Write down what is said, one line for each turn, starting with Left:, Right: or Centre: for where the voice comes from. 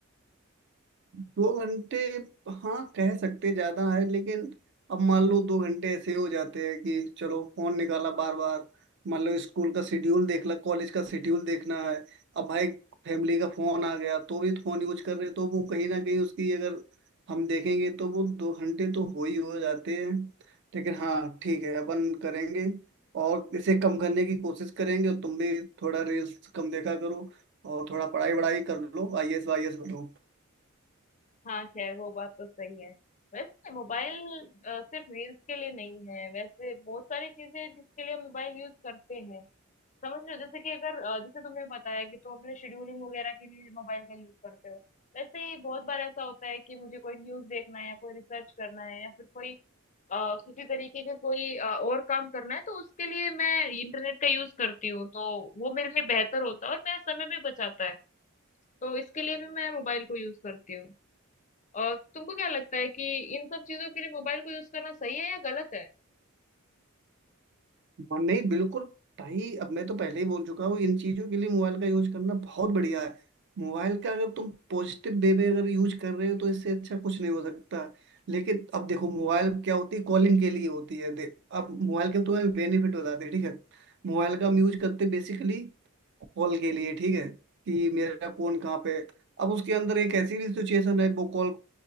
Right: दो घंटे हाँ कह सकते ज्यादा है लेकिन अब मान लो दो घंटे ऐसे हो जाते हैं कि चलो फोन निकाला बार बार मान लो स्कूल का शेड्यूल देख ला कॉलेज का शेड्यूल देखना है अब भाई फैमिली का फोन आ गया तो भी फोन यूज कर रहे तो वो कहीं ना कहीं उसकी अगर हम देखेंगे तो वो दो घंटे तो हो ही हो जाते हैं लेकिन हाँ ठीक है अपन करेंगे और इसे कम करने की कोशिश करेंगे और तुम भी थोड़ा रील्स कम देखा करो और थोड़ा पढ़ाई वढ़ाई कर लो आईएएस वाईएएस बनो
Left: हाँ खैर वो बात तो सही है वैसे मोबाइल सिर्फ रील्स के लिए नहीं है वैसे बहुत सारी चीजें हैं जिसके लिए मोबाइल यूज करते हैं समझ रहे हो जैसे कि अगर अ, जैसे तुमने बताया कि तुम अपने शेड्यूलिंग वगैरह के लिए मोबाइल का यूज करते हो वैसे ही बहुत बार ऐसा होता है कि मुझे कोई न्यूज देखना है या कोई रिसर्च करना है या फिर कोई अ, किसी तरीके के कोई अ, और काम करना है तो उसके लिए मैं इंटरनेट का यूज करती हूँ तो वो मेरे लिए बेहतर होता है और मेरा समय भी बचाता है तो इसके लिए भी मैं मोबाइल को यूज करती हूँ और तुमको क्या लगता है कि इन सब चीजों के लिए मोबाइल को यूज करना सही है या गलत है
Right: और नहीं बिल्कुल भाई अब मैं तो पहले ही बोल चुका हूँ इन चीजों के लिए मोबाइल का यूज करना बहुत बढ़िया है मोबाइल का अगर तुम पॉजिटिव वे में अगर यूज कर रहे हो तो इससे अच्छा कुछ नहीं हो सकता लेकिन अब देखो मोबाइल क्या होती है कॉलिंग के लिए होती है देख अब मोबाइल के तो तुम्हें बेनिफिट बताते हैं ठीक है मोबाइल का हम यूज करते बेसिकली कॉल के लिए ठीक है कि मेरा कौन कहाँ पे है। अब उसके अंदर एक ऐसी भी सिचुएशन है वो कॉल